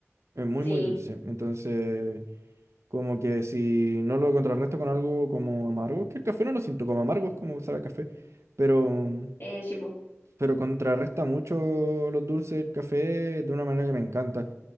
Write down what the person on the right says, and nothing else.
es muy
muy dulce. Entonces, como que si no lo contrarresto con algo como amargo, es que el café no lo siento como amargo, es como sabe a café, pero...
pero contrarresta mucho los dulces del café de una manera que me encanta.